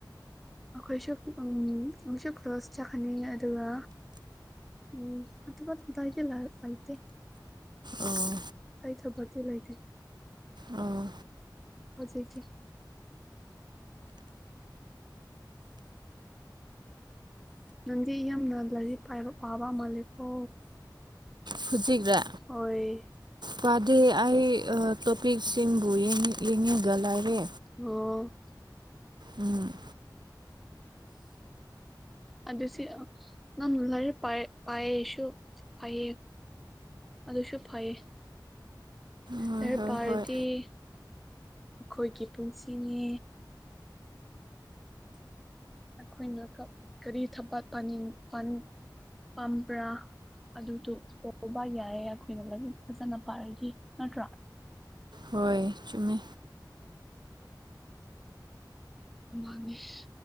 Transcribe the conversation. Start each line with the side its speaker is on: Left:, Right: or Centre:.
Centre: ꯑꯩꯈꯣꯏꯁꯨ ꯎꯝ ꯑꯩꯈꯣꯏꯁꯨ ꯀ꯭ꯂꯣꯁ ꯆꯠꯀꯅꯤ ꯑꯗꯨꯒ ꯎꯝ ꯑꯗꯨꯒ <unintelligible> ꯂꯩꯇꯦ
Right: ꯑꯣ
Centre: ꯑꯩ ꯊꯕꯛꯇꯤ ꯂꯩꯇꯦ
Right: ꯑꯥ
Centre: ꯍꯧꯖꯤꯛꯇꯤ ꯅꯪꯗꯤ ꯌꯥꯝꯅ ꯂꯥꯏꯔꯤꯛ ꯄꯥꯏꯕ ꯄꯥꯕ ꯃꯥꯂꯦꯀꯣ
Right: ꯍꯨꯖꯤꯛꯔ
Centre: ꯍꯣꯏ
Right: ꯄꯥꯗꯦ ꯑꯩ ꯇꯣꯄꯤꯛꯁꯤꯡꯕꯨ ꯌꯦꯡ ꯌꯦꯡꯉꯒ ꯂꯩꯔꯦ
Centre: ꯑꯣ
Right: ꯎꯝ
Centre: ꯑꯗꯨ ꯁꯤ ꯅꯪ ꯂꯥꯏꯔꯤꯛ ꯄꯥꯏ ꯄꯥꯏꯌꯦꯁꯨ ꯐꯩꯌꯦ ꯑꯗꯨꯁꯨ ꯐꯩꯌꯦ
Right: ꯍꯣꯏ
Centre: ꯂꯥꯏꯔꯤꯛ
Right: ꯍꯣꯏ
Centre: ꯄꯥꯔꯗꯤ
Right: ꯍꯣꯏ
Centre: ꯑꯩꯈꯣꯏꯒꯤ ꯄꯨꯟꯁꯤꯅꯤ ꯑꯩꯈꯣꯏꯅ ꯀꯞ ꯀꯔꯤ ꯊꯕꯛ ꯄꯥꯅꯤꯡ ꯄꯥ ꯄꯥꯝꯄ꯭ꯔ ꯑꯗꯨꯗꯣ ꯇꯧꯕ ꯌꯥꯏꯌꯦ ꯑꯩꯈꯣꯏꯅ ꯂꯥꯏꯔꯤꯛ ꯐꯖꯅ ꯄꯥꯔꯗꯤ ꯅꯠꯇ꯭ꯔꯥ
Right: ꯍꯣꯏ ꯆꯨꯝꯃꯦ
Centre: ꯃꯥꯅꯤꯁ